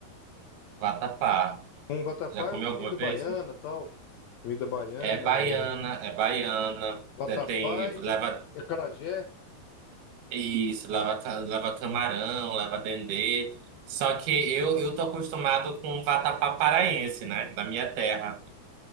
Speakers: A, on the right (about 85°); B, on the left (about 65°).
A: Vatapá.
B: Um vatapá
A: Já comeu
B: é uma comida
A: alguma vez?
B: baiana, tal. Comida baiana,
A: É baiana,
B: é,
A: é baiana,
B: Vatapá
A: é, tem,
B: e
A: leva
B: acarajé.
A: isso, leva, ca- leva camarão, leva dendê. Só que eu, eu tô acostumado com vatapá paraense, né? Da minha terra.